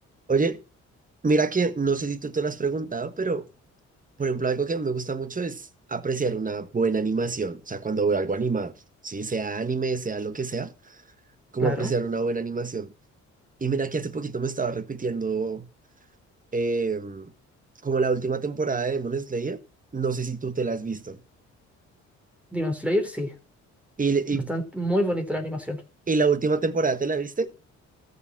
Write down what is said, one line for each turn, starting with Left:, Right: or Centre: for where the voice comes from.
Right: Oye, mira que no sé si tú te lo has preguntado, pero por ejemplo, algo que me gusta mucho es apreciar una buena animación. O sea, cuando veo algo animado, sí, sea anime, sea lo que sea, como
Centre: Claro,
Right: apreciar una buena animación. Y mira que hace poquito me estaba repitiendo eh, como la última temporada de Demon Slayer. No sé si tú te la has visto.
Centre: Demon Slayer sí,
Right: ¿Y,
Centre: bastante
Right: y,
Centre: muy bonita la animación.
Right: y la última temporada te la viste?